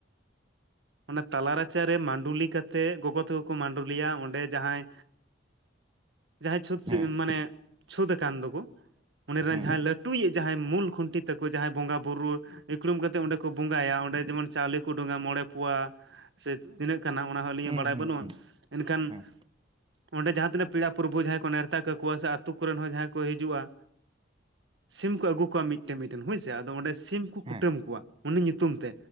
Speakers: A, on the right; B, on the right.
A: ᱚᱱᱟ ᱛᱟᱞᱟ ᱨᱟᱪᱟᱨᱮ ᱢᱟᱰᱩᱞᱤ ᱠᱟᱛᱮ ᱜᱚᱜᱚ ᱛᱟᱠᱚ ᱠᱚ ᱢᱟᱰᱚᱞᱤᱭᱟ ᱚᱸᱰᱮ ᱡᱟᱦᱟᱸᱭ ᱡᱟᱦᱟᱸᱭ ᱪᱷᱩᱸᱛ
B: ᱦᱮᱸ
A: ᱢᱟᱱᱮ ᱪᱷᱩᱸᱛ ᱟᱠᱟᱱ ᱫᱚᱠᱚ, ᱚᱸᱰᱮ ᱨᱮᱱ
B: ᱦᱮᱸ ᱦᱮᱸ
A: ᱡᱟᱦᱟᱸᱭ ᱞᱟᱹᱴᱩᱭᱤᱡ ᱡᱟᱦᱟᱸᱭ ᱢᱩᱞ ᱠᱷᱩᱱᱴᱤ ᱛᱟᱹᱠᱚ ᱡᱟᱦᱟᱸᱭ ᱵᱚᱸᱜᱟ ᱵᱩᱨᱩ ᱤᱠᱷᱲᱩᱢ ᱠᱟᱛᱮ ᱚᱸᱰᱮ ᱠᱚ ᱵᱚᱸᱜᱟᱭᱟ ᱚᱸᱰᱮ ᱡᱮᱢᱚᱱ ᱪᱟᱣᱞᱮ ᱠᱚ ᱰᱚᱝᱼᱟ ᱢᱚᱬᱮ ᱯᱳᱣᱟ ᱥᱮ ᱛᱤᱱᱟᱹᱜ ᱠᱟᱱᱟ ᱚᱱᱟ ᱦᱚᱸ ᱟᱹᱞᱤᱧᱟᱜ
B: ᱦᱩᱸ
A: ᱵᱟᱲᱟᱭ
B: ᱦᱩᱸ
A: ᱵᱟᱹᱱᱩᱜᱼᱟ ᱮᱱᱠᱷᱟᱱ
B: ᱦᱩᱸ
A: ᱚᱸᱰᱮ ᱡᱟᱦᱟᱸ ᱛᱤᱱᱟᱹᱜ ᱯᱮᱲᱟ ᱯᱨᱚᱵᱵᱷᱩ ᱡᱟᱦᱟᱸᱭ ᱠᱚ ᱱᱮᱣᱛᱟ ᱠᱟᱠᱚᱣᱟ ᱥᱮ ᱟᱛᱳ ᱠᱚᱨᱮᱱ ᱦᱚᱸ ᱡᱟᱦᱟᱸᱭ ᱠᱚ ᱦᱤᱡᱩᱜᱼᱟ᱾ ᱥᱤᱢ ᱠᱚ ᱟᱹᱜᱩ ᱠᱚᱣᱟ ᱢᱤᱫᱴᱮᱱ ᱢᱤᱫᱴᱮᱱ ᱦᱮᱸ ᱥᱮ ᱟᱫᱚ ᱚᱸᱰᱮ ᱥᱤᱢ ᱠᱚ
B: ᱦᱮᱸ
A: ᱠᱩᱴᱟᱹᱢ ᱠᱚᱣᱟ ᱩᱱᱤ ᱧᱩᱛᱩᱢ ᱛᱮ